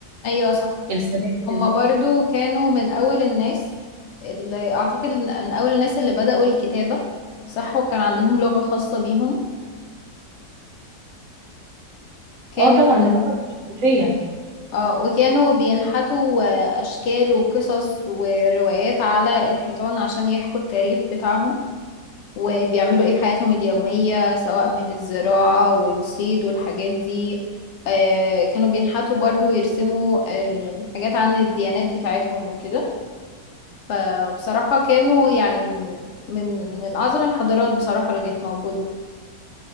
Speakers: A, on the left; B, on the right.
A: أيوة صح
B: السلاسل
A: هما برضو كانوا من أول الناس اللي أعتقد من أول الناس اللي بدأوا الكتابة صح وكان عندهم لغة خاصة بيهم كانوا
B: اه طبعا اللغة الحنفية
A: اه وكانوا بينحتوا آه، أشكال وقصص وروايات على الحيطان عشان يحكوا التاريخ بتاعهم وبيعملوا ايه في حياتهم اليومية سواء من الزراعة والصيد والحاجات دي آه كانوا بينحتوا برضو ويرسموا آه حاجات عن الديانات بتاعتهم وكده فبصراحة كانوا يعني من من أعظم الحضارات بصراحة اللي كانت موجودة